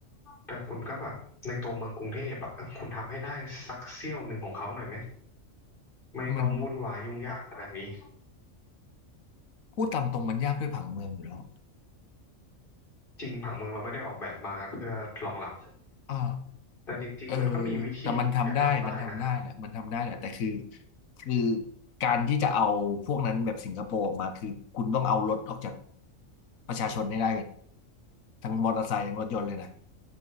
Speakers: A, on the left (about 40°); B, on the left (about 85°).
A: แต่คุณก็แบบในตัวเมืองกรุงเทพอ่ะคุณทำให้ได้สักเสี้ยวหนึ่งของเขาหน่อยไหมไม่ต้องวุ่นวายยุ่งยากขนาดนี้
B: มันพูดตามตรงมันยากด้วยผังเมืองอยู่แล้ว
A: จริงผังเมืองเราไม่ได้ออกแบบมาเพื่อรองรับ
B: อ่า
A: แต่จริงๆมันก็มีวิธีที่จะทำได้นะ
B: เออแต่มันทำได้มันทำได้แหละมันทำได้แหละแต่คือคือการที่จะเอาพวกนั้นแบบสิงคโปร์ออกมาคือคุณต้องเอารถออกจากประชาชนให้ได้กันทั้งมอเตอร์ไซค์ทั้งรถยนต์เลยนะ